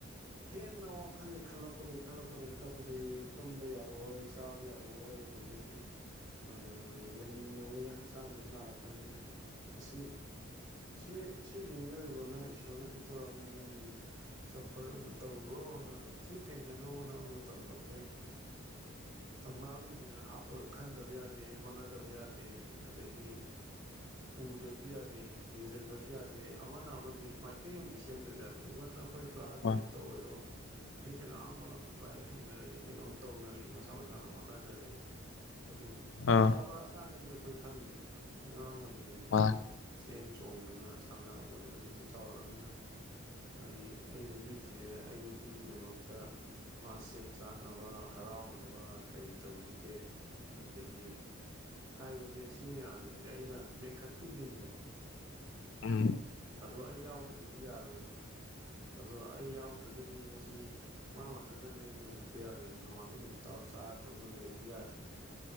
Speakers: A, on the right; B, on the left.
A: ꯍꯦꯟꯅ ꯋꯥꯈꯜꯁꯦ ꯈꯜꯂꯛꯄꯗꯒꯤꯩ ꯈꯜꯂꯛꯄꯗꯒꯤꯩ ꯈꯜꯂꯛꯄꯗꯒꯤꯩ ꯇꯨꯝꯕ ꯌꯥꯔꯣꯏ ꯆꯥꯕ ꯌꯥꯔꯣꯏ ꯑꯗꯨꯗꯒꯤ ꯂ ꯂꯩꯅꯤꯡꯉꯣꯏ ꯍꯛꯆꯥꯡꯗ ꯅꯥꯔꯛꯀꯅꯤ ꯑꯁꯤ ꯁꯤ ꯁꯤꯁꯦ ꯃꯤꯑꯣꯏꯕꯅ ꯏꯁꯣꯔꯅ ꯄꯤꯊꯣꯔꯛꯑꯕꯅꯤ ꯅꯪ ꯁꯐꯔ ꯑꯃ ꯇꯧꯔꯨꯔꯣꯅ ꯑꯗꯨ ꯁꯤ ꯊꯦꯡꯅꯅꯕ ꯍꯣꯠꯅꯕ ꯃꯇꯝꯗ ꯑꯩꯈꯣꯏ <unintelligible> ꯊꯧꯅꯥꯂꯤꯁꯤꯅ ꯍꯥꯞꯄꯒ ꯈꯟꯗꯕ ꯌꯥꯗꯦ ꯍꯣꯠꯅꯗꯕ ꯌꯥꯗꯦ ꯑꯗꯨꯗꯒꯤ ꯎꯗꯕꯁꯨ ꯌꯥꯗ ꯌꯥꯗ ꯌꯦꯡꯁꯤꯟꯗꯕꯁꯨ ꯌꯥꯗꯦ ꯑꯃꯅ ꯑꯃꯗꯤ ꯃꯥꯏꯀꯩ ꯑꯃꯗꯤ ꯁꯦꯝꯗꯕ ꯌꯥꯗꯦ ꯏꯕꯟ ꯑꯩꯈꯣꯏ ꯀ꯭ꯂꯥꯁ
B: ꯍꯣꯏ
A: ꯃꯠꯇ ꯑꯣꯏꯔꯣ ꯏ ꯐꯤꯜ ꯑꯃ ꯂꯥꯏ ꯍꯩꯅꯔꯛꯏ ꯀꯩꯅꯣꯝ ꯇꯧꯅꯔꯜꯂꯤ ꯃꯁꯥ ꯃꯁꯥꯅ ꯍꯣꯠꯅꯖꯔꯛꯏ ꯑꯗꯨ
B: ꯑꯥ
A: ꯆꯥꯎꯔꯛꯑꯀꯥꯟꯗꯗꯤ ꯑꯩꯈꯣꯏ ꯈꯪꯉꯤꯗꯅ ꯑꯉꯥꯡ ꯑꯣꯏꯔꯤꯉꯩꯗꯗꯤ
B: ꯃꯥꯅꯦ
A: ꯆꯦꯟ ꯆꯣꯡꯗꯨꯅ ꯁꯥꯟꯅꯔꯝꯕꯗꯣ ꯍꯧꯖꯤꯛꯇꯤ ꯆꯥꯎꯔꯛꯑꯃꯤꯅ ꯑꯩ ꯑꯩ ꯅꯨꯄꯤ ꯊꯤꯔꯛꯑꯦ ꯑꯩ ꯅꯨꯄꯤꯒꯤꯗꯃꯛꯇ ꯃꯥ ꯁꯦꯠ ꯆꯥꯅꯕ ꯍꯔꯥꯎꯅꯕ ꯀꯩ ꯇꯧꯁꯤꯒꯦ ꯑꯗꯨꯗꯒꯤ ꯍꯥꯏꯕꯁꯦ ꯁꯤ ꯃꯌꯥꯝꯁꯤꯡꯁꯦ ꯑꯩꯅ ꯃꯦꯟꯈꯠꯄꯤꯗꯣꯏꯅꯦꯕ ꯑ
B: ꯎꯝ
A: ꯑꯗꯣ ꯑꯩ ꯌꯥꯎꯗ꯭ꯔꯒꯗꯤ ꯌꯥꯔꯣꯏꯕ ꯑꯗꯣ ꯑꯩ ꯌꯥꯎꯗ꯭ꯔꯒꯗꯤ ꯃꯁꯤ ꯃꯥ ꯃꯊꯟꯗ ꯅ ꯃꯦꯟꯈꯠꯄ ꯌꯥꯔꯣꯏꯅ ꯅꯣꯡꯉꯥꯟꯗꯩ ꯅꯨꯃꯤꯇꯥꯎ ꯆꯥꯔ ꯇꯝꯕ ꯂꯩꯔꯗꯤ ꯌꯥꯗꯦꯗ꯭ꯔꯥ